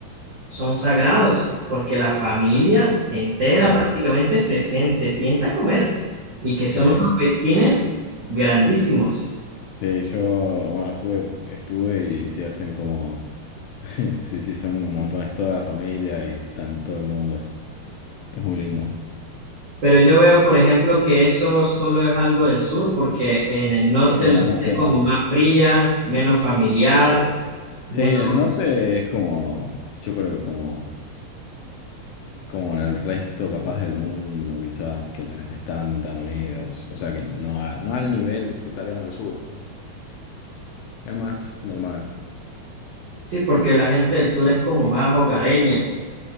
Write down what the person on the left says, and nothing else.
Ah,
sí,
sí, yo, bueno, estuve, estuve y sí hacen como, <laughs> sí, sí, son montones toda la familia y están todo el mundo, es, es muy lindo.
Sí, en
el
norte
no.
Sí, en el norte es como, yo creo que como, como en el resto capaz del mundo, quizás, que no están tan unidos. O sea, que no, a- no al nivel italiano del sur. Es más normal.